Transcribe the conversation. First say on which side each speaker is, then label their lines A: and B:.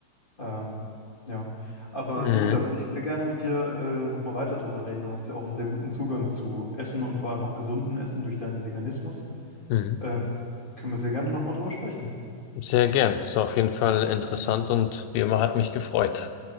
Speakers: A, on the left; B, on the left.
A: Ähm, ja, aber
B: Mhm.
A: du, da würde ich sehr gerne mit dir äh, nochmal weiter drüber reden. Du hast ja auch einen sehr guten Zugang zu Essen und vor allem auch gesunden Essen durch deinen Veganismus.
B: Mhm.
A: Ähm, können wir sehr gerne nochmal drüber sprechen.
B: Sehr gern. Ist auf jeden Fall interessant und wie immer hat mich gefreut.